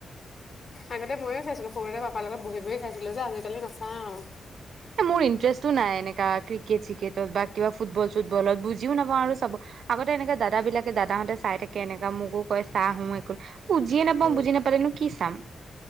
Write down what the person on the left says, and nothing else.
আগতে ময়ো চাইছিলো সৰুতে পাপা লগত বহি বহি চাইছিলো যে, আজিকালি নাচাওঁ।
উম